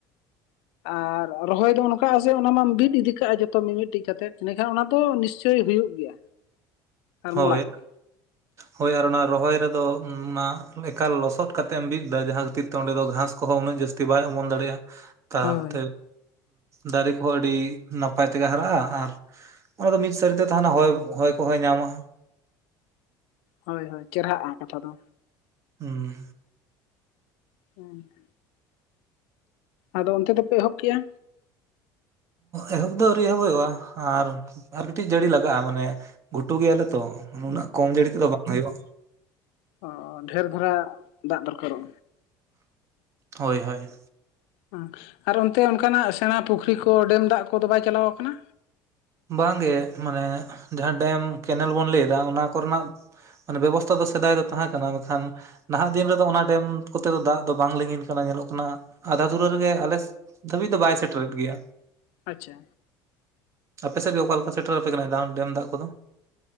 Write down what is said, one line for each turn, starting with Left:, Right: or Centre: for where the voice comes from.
Left: ᱟᱨ <inaudible> ᱨᱚᱦᱚᱭ ᱫᱚ ᱚᱱᱠᱟᱜ-ᱟ ᱥᱮ ᱚᱱᱟ ᱢᱟᱢ ᱵᱤᱫ ᱤᱫᱤ ᱠᱟᱜ-ᱟ ᱡᱚᱛᱚ ᱢᱤᱢᱤᱫᱴᱤᱡ ᱠᱟᱛᱮᱫ ᱤᱱᱟᱹᱠᱷᱟᱱ ᱚᱱᱟ ᱫᱚ ᱱᱤᱥᱪᱚᱭ ᱦᱩᱭᱩᱜ ᱜᱮᱭᱟ᱾ ᱟᱨ
Right: ᱦᱳᱭ
Left: ᱢᱚᱲᱟᱜ ᱜᱮ
Right: ᱦᱳᱭ ᱟᱨ ᱚᱱᱟ ᱨᱚᱦᱚᱭ ᱨᱮᱫᱚ ᱚᱱᱟ ᱮᱠᱟᱞ ᱞᱚᱥᱚᱫ ᱠᱟᱛᱮ ᱮᱢ ᱵᱤᱫ ᱫᱟ᱾ ᱡᱟᱦᱟᱸ ᱠᱷᱟᱹᱛᱤᱨ ᱛᱮ ᱚᱸᱰᱮ ᱫᱚ ᱜᱷᱟᱥ ᱠᱚᱦᱚᱸ ᱩᱱᱟᱹᱜ ᱡᱟᱹᱥᱛᱤ ᱵᱟᱭ ᱚᱢᱚᱱ ᱫᱟᱲᱮᱭᱟᱜ-ᱟ, ᱛᱟᱦᱟᱸᱛᱮ
Left: ᱦᱳᱭ
Right: ᱫᱟᱨᱮ ᱠᱚᱦᱚᱸ ᱟᱹᱰᱤ ᱱᱟᱯᱟᱭ ᱛᱮᱜᱮ ᱦᱟᱨᱟᱜ-ᱟ ᱟᱨ ᱚᱱᱟ ᱫᱚ ᱢᱤᱫ ᱥᱟᱹᱨᱤᱛᱮ ᱛᱟᱦᱮᱸᱱᱟ ᱦᱚᱭ ᱦᱚᱭ ᱠᱚᱦᱚᱭ ᱧᱟᱢᱟ᱾
Left: ᱦᱳᱭ ᱦᱳᱭ ᱪᱮᱨᱦᱟᱜ-ᱟ ᱠᱟᱛᱷᱟ ᱫᱚ᱾
Right: ᱦᱩᱸ
Left: ᱦᱮᱸ ᱟᱫᱚ ᱚᱱᱛᱮ ᱫᱚᱯᱮ ᱮᱦᱚᱵ ᱠᱮᱜ-ᱟ?
Right: ᱮᱦᱚᱵ ᱫᱚ ᱟᱹᱣᱨᱤ ᱮᱦᱚᱵ ᱦᱩᱭᱩᱜ-ᱟ ᱟᱨ ᱟᱨ ᱠᱟᱹᱴᱤᱡ ᱡᱟᱹᱲᱤ ᱞᱟᱜᱟᱜ-ᱟ᱾ ᱢᱟᱱᱮ ᱜᱷᱩᱴᱩ ᱜᱮᱭᱟᱞᱮ ᱛᱚ ᱱᱩᱱᱟᱹᱜ ᱠᱚᱢ ᱡᱟᱹᱲᱤ ᱛᱮᱫᱚ ᱵᱟᱝ ᱦᱩᱭᱩᱜ-ᱟ᱾
Left: ᱚᱻ ᱰᱷᱮᱨ ᱫᱷᱟᱨᱟ ᱫᱟᱜ ᱫᱚᱨᱠᱟᱨᱚᱜ-ᱟ᱾
Right: ᱦᱳᱭ ᱦᱳᱭ
Left: ᱦᱩᱸ ᱟᱨ ᱚᱱᱛᱮ ᱚᱱᱠᱟᱱᱟᱜ ᱥᱮᱬᱟ ᱯᱩᱠᱷᱨᱤ ᱠᱚ ᱰᱮᱢ ᱫᱟᱜ ᱠᱚᱫᱚ ᱵᱟᱭ ᱪᱟᱞᱟᱣ ᱟᱠᱟᱱᱟ?
Right: ᱵᱟᱝᱜᱮ ᱢᱟᱱᱮ ᱡᱟᱦᱟᱸ ᱰᱮᱢ ᱠᱮᱱᱮᱞ ᱵᱚᱱ ᱞᱟᱹᱭᱮᱫᱟ ᱚᱱᱟ ᱠᱚᱨᱮᱱᱟᱜ ᱢᱟᱱᱮ ᱵᱮᱵᱚᱥᱛᱷᱟ ᱫᱚ ᱥᱮᱫᱟᱭ ᱫᱚ ᱛᱟᱦᱮᱸ ᱠᱟᱱᱟ ᱢᱮᱱᱠᱷᱟᱱ ᱱᱟᱦᱟᱜ ᱫᱤᱱ ᱨᱮᱫᱚ ᱚᱱᱟ ᱰᱮᱢ ᱠᱚᱛᱮ ᱫᱚ ᱫᱟᱜ ᱫᱚ ᱵᱟᱝ ᱞᱤᱸᱜᱤᱱ ᱠᱟᱱᱟ ᱧᱮᱞᱚᱜ ᱠᱟᱱᱟ᱾ ᱟᱫᱷᱟ ᱫᱷᱩᱨᱟᱹ ᱨᱮᱜᱮ ᱟᱞᱮ ᱫᱷᱟᱹᱵᱤᱡ ᱫᱚ ᱵᱟᱭ ᱥᱮᱴᱮᱨᱮᱫ ᱜᱮᱭᱟ᱾
Left: ᱟᱪᱪᱷᱟ
Right: ᱟᱯᱮᱥᱮᱫ ᱨᱮᱜᱮᱡ ᱚᱠᱟ ᱞᱮᱠᱟ ᱥᱮᱫᱟᱭ ᱰᱮᱢ ᱫᱟᱜ ᱠᱚᱫᱚ?